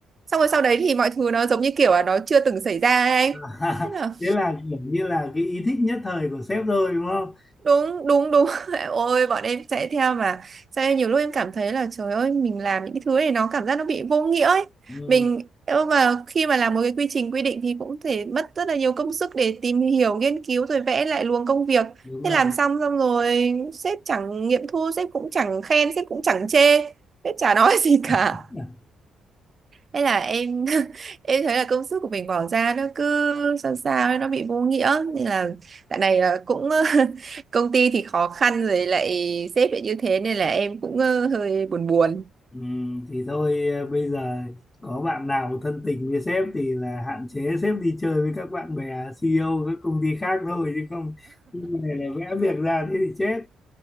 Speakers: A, on the right (about 40°); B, on the left (about 20°).
A: Xong rồi sau đấy thì mọi thứ nó giống như kiểu là nó chưa từng xảy ra ấy anh.
B: À, <laughs>
A: Thế là
B: thế là kiểu như là cái ý thích nhất thời của sếp rồi đúng không
A: đúng đúng đúng <laughs> ôi bọn em chạy theo mà sao nhiều lúc em cảm thấy là trời ơi mình làm những cái thứ này nó cảm giác nó bị vô nghĩa ấy
B: ừ,
A: mình nhưng mà khi mà làm một cái quy trình quy định thì cũng thể mất rất là nhiều công sức để tìm hiểu nghiên cứu rồi vẽ lại luồng công việc
B: đúng
A: thế
B: rồi
A: làm xong xong rồi sếp chẳng nghiệm thu sếp cũng chẳng khen sếp cũng chẳng chê sếp chả nói <laughs> gì cả
B: <laughs>
A: Thế là em <laughs> em thấy là công sức của mình bỏ ra nó cứ sao sao ấy, nó bị vô nghĩa nên là dạo này là cũng <laughs> công ty thì khó khăn rồi lại sếp lại như thế nên là em cũng ờ, hơi buồn buồn
B: ừ, thì thôi ờ, bây giờ có bạn nào thân tình với sếp thì là hạn chế sếp đi chơi với các bạn bè CEO các công ty khác thôi chứ không nhưng này là vẽ việc ra thế thì chết